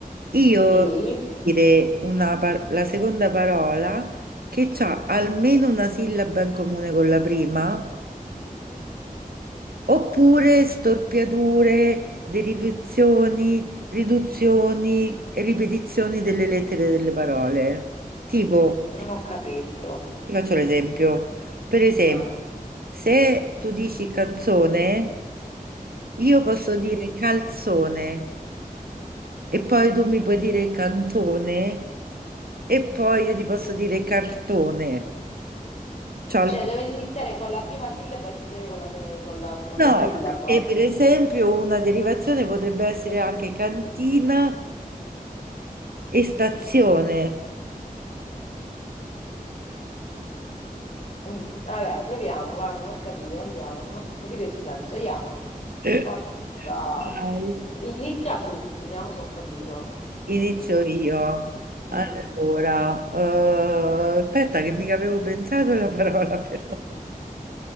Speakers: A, on the right; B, on the left.
A: io
B: sì,
A: dire una par- la seconda parola che ha almeno una sillaba in comune con la prima, Oppure storpiature, derivazioni, riduzioni e ripetizioni delle lettere delle parole. Tipo,
B: non
A: ti
B: ho capito.
A: ti faccio l'esempio. Per esempio,
B: Eh,
A: se tu dici canzone, io posso dire calzone e poi tu mi puoi dire cantone e poi io ti posso dire cartone. Ciao.
B: Cioè, deve iniziare con la prima sillaba e finire con la, se- con la seconda
A: No,
B: sillaba.
A: e per esempio una derivazione potrebbe essere anche cantina e stazione.
B: Mm, Vabbè, proviamo, va, non ho capito, andiamo, non ho capito il senso. Yam,
A: <laughs>
B: forza.
A: Dai,
B: Inizia tu, vediamo se ho capito.
A: Inizio io.
B: Mm.
A: Allora, eh, aspetta che mica avevo pensato alla parola però.